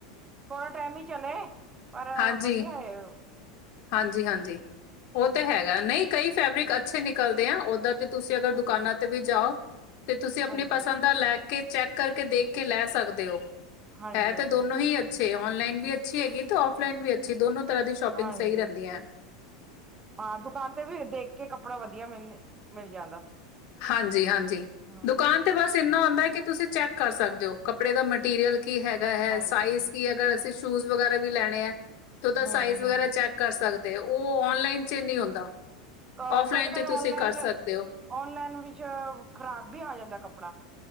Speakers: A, on the right; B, on the left.
A: ਥੋੜਾ ਟਾਈਮ ਈ ਚਲੇ, ਪਰ
B: ਹਾਂਜੀ,
A: ਵਧੀਆ ਐ ਓ।
B: ਹਾਂਜੀ-ਹਾਂਜੀ, ਉਹ
A: ਹਮ
B: ਤਾਂ ਹੈਗਾ ਨਈ ਕਈ ਫੈਬਰਿਕ ਅੱਛੇ ਨਿਕਲਦੇ ਆ ਓਦਾ ਤੇ ਤੁਸੀਂ ਅਗਰ
A: ਹਾਂਜੀ-ਹਾਂਜੀ,
B: ਦੁਕਾਨਾਂ ਤੇ ਵੀ ਜਾਓ, ਤੇ ਤੁਸੀਂ ਆਪਣੀ
A: ਹਾਂਜੀ,
B: ਪਸੰਦ ਦਾ ਲੈ ਕੇ ਚੈੱਕ ਕਰਕੇ ਦੇਖ ਕੇ ਲੈ ਸਕਦੇ ਓ,
A: ਹਾਂਜੀ-ਹਾਂਜੀ,
B: ਹੈ ਤੇ ਦੋਨੋ ਹੀ ਅ ਅੱਛੇ ਆਨਲਾਈਨ ਵੀ ਅੱਛੀ ਹੈਗੀ ਤੇ ਆਫਲਾਈਨ ਵੀ ਅੱਛੀ ਦੋਨੋ ਤਰ੍ਹਾਂ ਦੀ ਸ਼ੋਪਿੰਗ
A: ਹਾਂਜੀ
B: ਸਹੀ ਰਹਿੰਦੀ ਐ।
A: ਹਾਂ ਦੁਕਾਨ ਤੇ ਵੀ ਦੇਖ ਕੇ ਕੱਪੜਾ ਵਧੀਆ ਮਿਲ, ਮਿਲ ਜਾਂਦਾ।
B: ਹਾਂਜੀ ਹਾਂਜੀ
A: ਹਾਂ
B: ਦੁਕਾਨ ਤੇ ਬਸ ਇੰਨਾ ਆਉਂਦਾ ਕਿ ਤੁਸੀਂ ਚੈੱਕ ਕਰ ਸਕਦੇ ਹੋ ਕੱਪੜੇ ਦਾ ਮਟੀਰੀਅਲ ਕੀ ਹੈਗਾ ਹੈ
A: ਹਾਂਜੀ।
B: ਸਾਈਜ਼ ਕੀ ਅਗਰ ਅਸੀਂ ਸ਼ੂਜ ਵਗਰਾ ਵੀ ਲੈਣੇ ਆ ਤੇ ਓਦਾ
A: ਹੂੰ-ਹੂੰ
B: ਸਾਈਜ ਵਗੈਰਾ ਚੈਕ ਕਰ ਸਕਦੇ ਉਹ ਨ ਲਨ ਚ ਨਹੀਂ ਹੁੰਦਾ
A: ਅ
B: ਫਲਾਈਨ
A: ਕਦੇ-ਕਦੇ
B: ਚ ਤੁਸੀਂ
A: ਔਨਲਾਈਨ
B: ਕਰ ਸਕਦੇ ਹੋ
A: ਔਨਲਾਈਨ ਵਿੱਚ ਖ਼ਰਾਬ ਵੀ ਆ ਜਾਂਦਾ ਕੱਪੜਾ